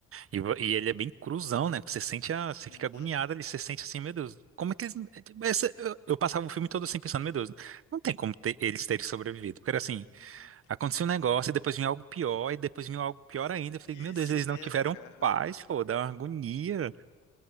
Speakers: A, on the right; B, on the left.
A: E, vo- e ele é bem cruzão, né? Porque Você sente a, você
B: Uhum,
A: fica agoniado ali, você sente assim, meu Deus, como é que eles. essa- eu, eu passava o filme todo assim pensando, meu Deus, não tem como ter- eles terem sobrevivido. Porque era assim,
B: uhum.
A: aconteceu um negócio, e depois vinha algo pior, e depois vinha algo pior ainda. Eu falei,
B: Isso
A: meu Deus, eles
B: mesmo,
A: não tiveram
B: cara. aham.
A: paz, pô, dá uma agonia.